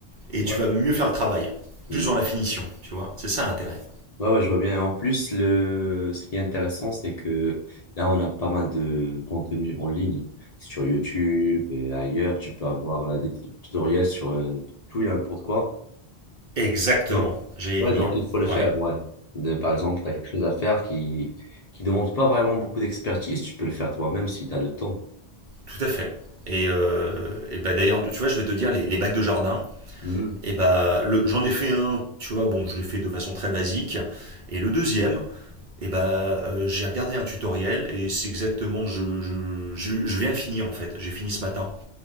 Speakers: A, on the right; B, on the left.
A: et
B: ouais.
A: tu vas mieux faire le travail.
B: Mm.
A: Plus dans la finition, tu vois. C'est ça l'intérêt.
B: Ouais, ouais, je vois bien. En plus, le... ce qui est intéressant, c'est que là, on a pas mal de contenu en ligne. Sur YouTube et ailleurs, tu peux avoir euh, des t- tutoriels sur euh, tout et n'importe quoi.
A: Exactement.
B: Donc,
A: J'allais
B: ouais,
A: y venir.
B: donc il faut le faire,
A: Ouais,
B: ouais. De- par exemple, tu as quelque chose à faire qui qui demande pas vraiment beaucoup d'expertise, tu peux le faire toi-même si tu as le temps.
A: tout à fait. Et, euh, et bah, d'ailleurs, tu vois, je vais te dire, les, les bacs de jardin,
B: Mhm.
A: et bah, le- j'en ai fait un, tu vois, bon, je l'ai fait de façon très basique. Et le deuxième, et bah, euh, j'ai regardé un tutoriel et c'est exactement, je, je, je- je viens de finir en fait. J'ai fini ce matin.